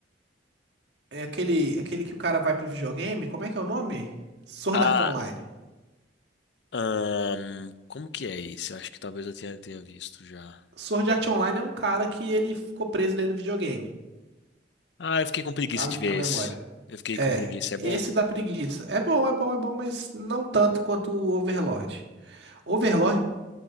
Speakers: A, on the right; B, on the left.
A: é aquele, é aquele que o cara vai pro videogame? Como é que é o nome? Sword
B: ah
A: Art Online.
B: Ahn, como que é esse? Eu acho que talvez eu tenha, tenha visto já.
A: Sword Art Online é um cara que ele ficou preso dentro do videogame.
B: Ah, eu fiquei com preguiça
A: A,
B: de ver
A: a memória.
B: esse. Eu fiquei
A: É,
B: com preguiça. É
A: esse
B: bom?
A: da preguiça. É bom, é bom, é bom, mas não tanto quanto o Overlord. Overlord